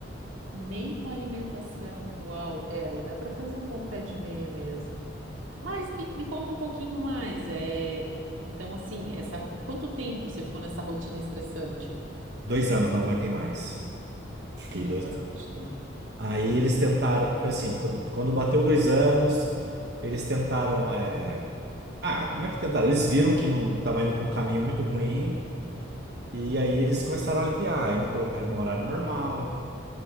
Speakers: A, on the right; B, on the right.
A: Nem com alimentação. Uau, é, aí dá para fazer um bom pé de meia mesmo. Mas me, me conta um pouquinho mais. É... Então, assim, essa... ro- quanto tempo você ficou nessa rotina estressante?
B: Dois anos, não aguentei mais. Fiquei
A: É
B: dois
A: bastante
B: anos.
A: tempo.
B: Aí eles tentaram, foi assim, quando, quando bateu dois anos, eles tentaram. é, ah, não é que tentaram, eles viram que não estava indo para um caminho muito ruim, e aí eles começaram a aliviar, aí me colocaram no horário normal.